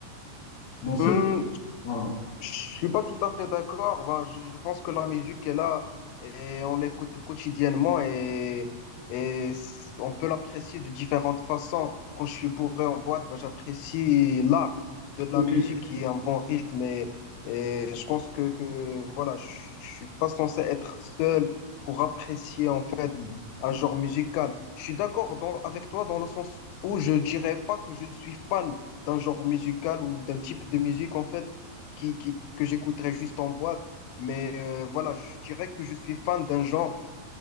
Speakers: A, on the left; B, on the left.
A: dans cette
B: Hmm,
A: musique-là. Voilà.
B: Je suis pas tout à fait d'accord. Ben, je, je pense que la musique est là et on l'écoute quotidiennement et, et s- on peut l'apprécier de différentes façons. Quand je suis bourré en boîte, ben, j'apprécie l'art de la
A: OK.
B: musique qui est un bon rythme et, et je pense que, que voilà, je, suis- je suis pas censé être seul pour apprécier en fait
A: Mm.
B: un genre musical. Je suis d'accord dans- avec toi dans le sens où je dirais pas que je suis fan d'un genre musical ou d'un type de musique en fait qui, qui- que j'écouterais juste en boîte. Mais euh, voilà, je dirais que je suis fan d'un genre